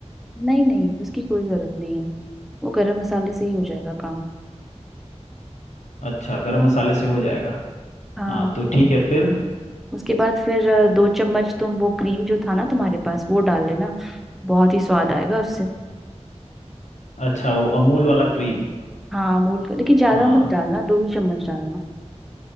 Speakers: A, in the centre; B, on the left (about 80°).
A: नहीं नहीं उसकी कोई जरूरत नहीं है वो गरम मसाले से ही हो जाएगा काम
B: अच्छा गरम मसाले से हो जाएगा
A: हाँ
B: हाँ तो ठीक है फिर
A: उसके बाद फिर अ, दो चम्मच तुम वो क्रीम जो था ना तुम्हारे पास वो डाल लेना बहुत ही स्वाद आएगा उससे
B: अच्छा वो अमूल वाला क्रीम
A: हाँ मूल का लेकिन ज्यादा
B: हाँ
A: मत डालना दो ही चम्मच डालना